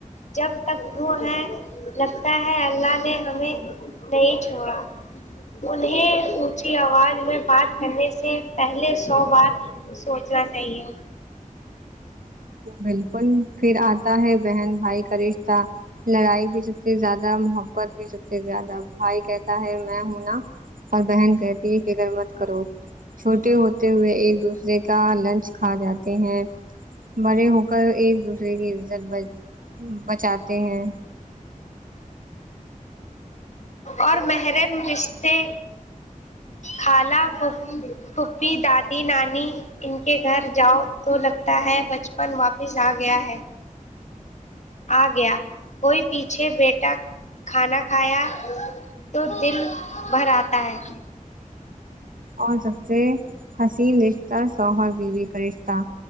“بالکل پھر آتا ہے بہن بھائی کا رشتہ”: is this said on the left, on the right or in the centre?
Right